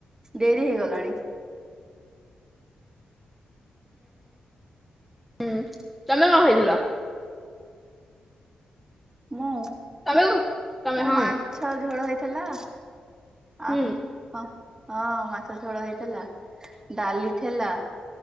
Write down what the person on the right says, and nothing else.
ଡେରି ହେଇଗଲାଣି।
ମୁଁ
ମୋର
ମାଛ ଝୋଳ ହେଇଥିଲା ଆ
ହଁ ହଁ ମାଛ ଝୋଳ ହେଇଥିଲା, ଡାଲି ଥେଲା